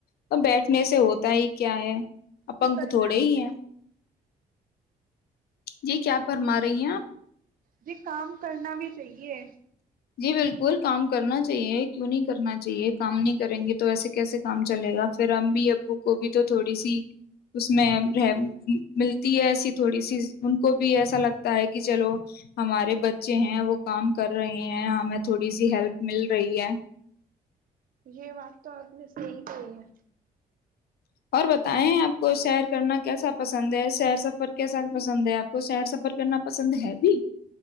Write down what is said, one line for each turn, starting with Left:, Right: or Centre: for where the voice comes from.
Left: اور بیٹھنے سے ہوتا ہی کیا ہے ا
Right: کرنا
Left: پنک تھوڑے
Right: بھی
Left: ہی ہیں جی کیا فرما رہی ہیں آپ
Right: جی کام <unintelligible> کرنا بھی چاہیے
Left: جی بالکل کام کرنا چاہیے کیوں نہیں کرنا چاہیے کام نہیں کریں گے تو وسے کیسے کام چلے گا پھر اب ابو کو بھی تو تھوڑی سی اس میں رہ ملتی ہے ایسی تھوڑی سی ان کو بھی ایسا لگتا ہے کہ چلو ہمارے بچے ہیں وہ کر رہے ہیں ہمیں تھوڑی سی ہیلپ مل رہی ی ہے <unintelligible>
Right: یہ بات تو آپ نے صحی کہی ہے
Left: اور بتائیں آپ کو سیر کرنا کیسا پسند ہے سیر سفر کیسا پسند ہے آپ کو سیر سفر کرنا پسند ہے بھی